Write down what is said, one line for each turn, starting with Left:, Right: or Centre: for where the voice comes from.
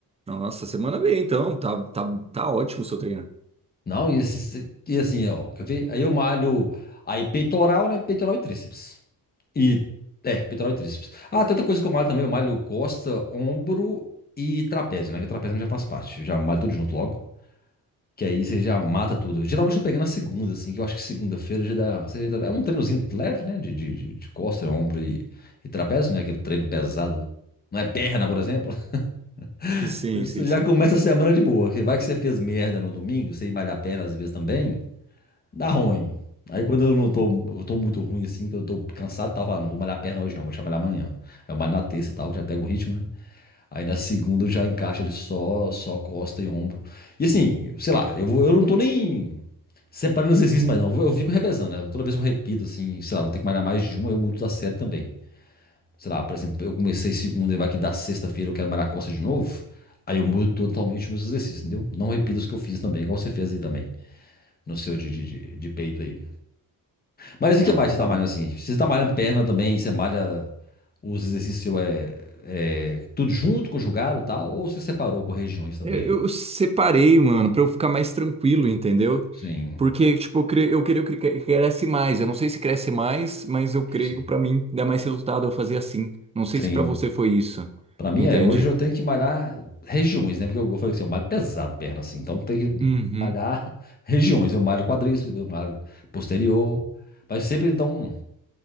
Right: Nossa, semana bem, então. Tá, tá, tá ótimo o seu treino.
Left: Não, e, esses- e assim, ó, quer ver? Aí eu malho aí peitoral, né? Peitoral e tríceps. E é, peitoral e tríceps. Ah, tem outra coisa que eu malho também, eu malho costa, ombro e trapézio, né? Que o trapézio já faz parte. Já malho tudo junto logo. Que aí você já mata tudo. Geralmente eu tô pegando na segunda, assim, que eu acho que segunda-feira já dá. você já dá- É um treinozinho leve, né? De, de, de de costa, ombro e, e trapézio, né? Aquele treino pesado. Não é perna, por exemplo. <laughs>
Right: Sim,
Left: Então você
Right: sim, sim.
Left: já começa a semana de boa. Que vai que você fez merda no domingo, você ir malhar perna às vezes também. Dá ruim. Aí quando eu não tô, eu tô muito ruim assim, que eu tô cansado, tal, eu falo, não vou malhar a perna hoje não, vou trabalhar amanhã. Aí eu malho na terça e tal, já pego o ritmo, né? Aí na segunda eu já encaixa ele só, só costa e ombro. E assim, sei lá, eu vou, eu não tô nem separando exercício mais não, eu vou- eu fico revezando, né? Toda vez que eu repito assim, sei lá, vou ter que malhar mais de uma, eu mudo da série também. Sei lá, por exemplo, eu comecei segunda e vai que da sexta-feira eu quero malhar costa de novo, aí eu mudo totalmente os meus exercícios, entendeu? Não repito os que eu fiz também, igual você fez aí também, no seu de, de, de de peito aí. Mas o que
Right: Ah,
Left: mais você tá malhando assim? Você tá malhando perna também, você malha os exercícios seu é, é tudo junto, conjugado e tal, ou você separou por regiões também?
Right: eu, eu separei, mano, pra eu ficar mais tranquilo, entendeu?
Left: Sim,
Right: Porque, tipo, eu, cre... eu queria que cre- cresce mais. Eu não sei se cresce mais, mas eu creio
Left: sim.
Right: pra mim dá mais resultado eu fazer assim. Não sei
Left: sim.
Right: se pra você foi isso.
Left: Pra mim
Right: Entende?
Left: é, hoje eu tenho que malhar regiões, né? Porque eu, eu falei assim, eu malho pesado perna assim, então tem que
Right: Uhum.
Left: malhar <laughs> regiões. Eu malho quadríceps, depois eu malho posterior, mas sempre dá um.